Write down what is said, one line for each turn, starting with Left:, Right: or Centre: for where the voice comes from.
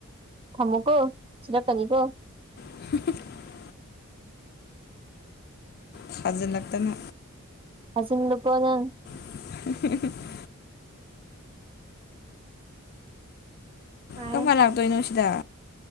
Right: ꯊꯝꯃꯣꯀꯣ ꯆꯤꯔꯛꯀꯅꯤꯀꯣ
Left: <unintelligible> ꯊꯥꯖꯤꯜꯂꯛꯇꯅ
Right: ꯑꯖꯤꯟꯅꯨꯀꯣ ꯅꯪ
Left: <unintelligible>
Right: ꯍꯥꯏ
Left: ꯀꯝ ꯀꯥꯟ ꯂꯥꯛꯇꯣꯏꯅꯣ ꯁꯤꯗ